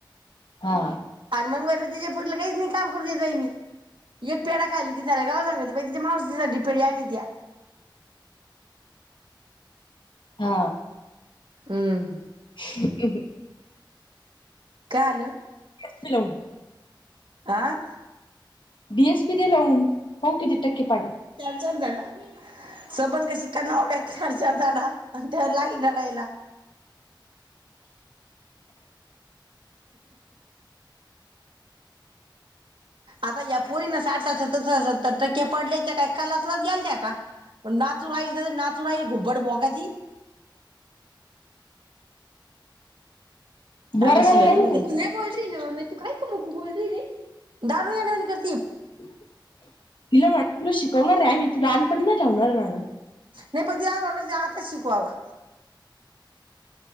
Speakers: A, on the left; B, on the right.
A: हा
B: आन मंग वर पुढ काहीच नाही काम करून देतई मी पेढा खाल्ली की सार गावला सांगती बरं तिच्या मावशी साठी पेढा आणित्या,
A: हा
B: हम्म
A: ह् ह
B: काल
A: सिलोंग
B: आ.
A: डीएसपी द लाउन पाऊ किती टक्के पाडे
B: सन घरा सबन का शिकाना होवे चार चार झाडा त्यावर लागली रडायला. आता या पोरीना साठ साठ सत्तर सत्तर टक्के पडले त्या का कलासवर गेलत्या का पण नाचु बाई गुब्बड बाम नजी
A: बोरगावला
B: आंग शिव्या
A: लावून
B: नको
A: घेऊ
B: गुण्या गो ते नव म ती काय कुणा कुटं बोललेली दारु झाल्याबिगर
A: तिला वाटलं शिकवणार आहे मी तू लहानपनी ना <unintelligible>
B: नाही पण आता शिक वा वा.